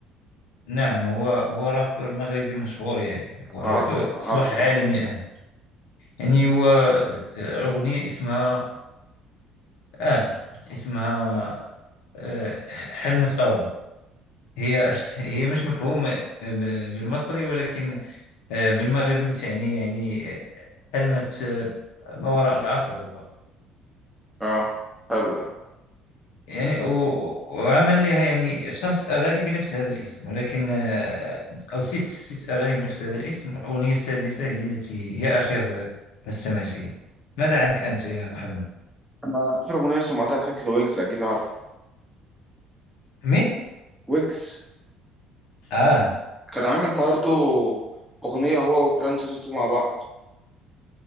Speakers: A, on the left (about 85°); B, in the centre.
A: نعم هو هو رابر مغربي مشهور يعني هو
B: عرفته
A: رابر
B: عارفه
A: أصبح عالمي الآن يعني هو آه، أغنية اسمها آه اسمها آه حلمة آدم هي <laughs> هي مش مفهومة آه، ب- بالمصري ولكن آه بالمغربي بتعني يعني آه، حلمة آه، ما وراء العصر ربما
B: اه حلو ده
A: يعني و- وعمل لها يعني خمس أغاني بنفس هذا الاسم ولكن آه، أو ست ست أغاني بنفس هذا الاسم والأغنية السادسة هي التي هي آخر ما استمعت إليه ماذا عنك أنت يا محمد؟
B: انا اخر اغنية سمعتها كانت لويجز اكيد عارف
A: مين؟
B: ويجز
A: آه,
B: كان عامل برضه اغنية هو وجراند توتو مع بعض